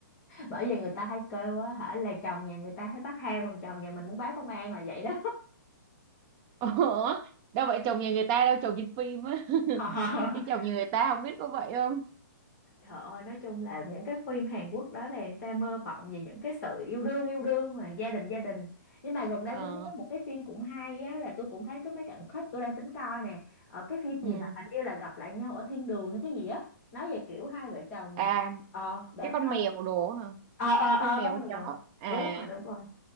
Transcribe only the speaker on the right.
Ủa, đâu phải chồng nhà người ta đâu, chồng trên phim á.
<laughs> Cái chồng nhà người ta không biết có vậy không?
Ờ,
ừ.
À,
cái
con
mèo
đồ hả?
Có
Con mèo
con
chó. À,